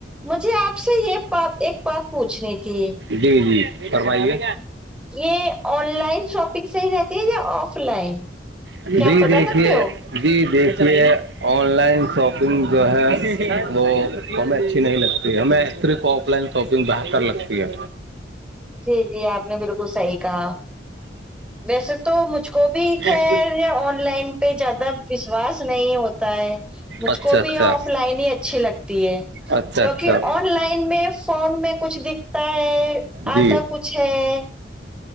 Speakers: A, in the centre; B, on the right (about 75°).
A: مجھے آپ سے یہ بات ایک بات پوچھنی تھی
B: جی جی فرمائیے
A: یہ آن لائن شاپنگ صحی رہتی ہے یا آف لائن
B: جی
A: کیا آپ بتا
B: دیکھیے
A: سکتے ہو
B: جی دیکھیے آن لائن شاپنگ جو ہے وہ ہمیں اچھی نہیں لگتی ہے ہمیں صرف آف لائن شاپنگ بہتر لگتی ہے
A: جی جی آپ نے بالکل صحیح کہا ویسے تو مجھ کو بھی خیر
B: <inaudible> <inaudible>
A: آن لائن پہ زیادہ وشواس نہیں ہوتا ہے مجھ
B: اچھا
A: کو بھی
B: اچھا
A: آف لائن ہی اچھی لگتی ہے
B: اچھا
A: کیکہ
B: اچھا
A: آن لائن میں فون میں کچھ دکھتا ہے
B: جی
A: آتا کچھ ہے <unintelligible>